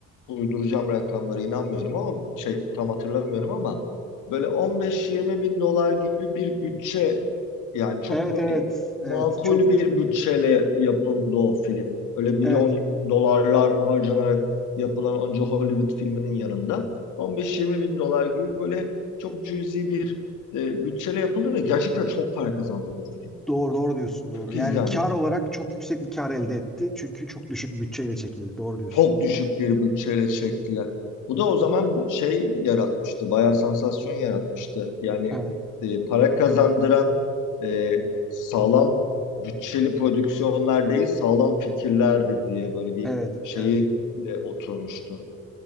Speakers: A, on the left; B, in the centre.
A: uyduracağım rakamlara inanmıyorum ama şey tam hatırlamıyorum ama böyle 15-20 bin dolar gibi bir bütçe yani çok
B: Evet
A: böyle
B: evet
A: makul
B: evet çok
A: bir bütçeyle yapıldı o film. Öyle milyon
B: evet
A: dolarlar harcanarak yapılan onca Hollywood filminin yanında 15-20 bin dolar gibi böyle çok cüzi bir e, bütçeyle yapıldı ve gerçekten çok para kazandı o film.
B: doğru doğru diyorsun doğru.
A: Çok
B: Yani
A: izlendi.
B: kar olarak çok yüksek bir kar elde etti. Çünkü çok düşük bütçeyle çekildi. Doğru diyorsun.
A: çok düşük bir bütçeyle çektiler. Bu da o zaman şey yaratmıştı, bayağı sansasyon yaratmıştı. Yani
B: Evet
A: e, para kazandıran e, sağlam bütçeli prodüksiyonlar değil, sağlam fikirlerdir diye böyle bir
B: evet
A: şeyi
B: evet.
A: de oturmuştu.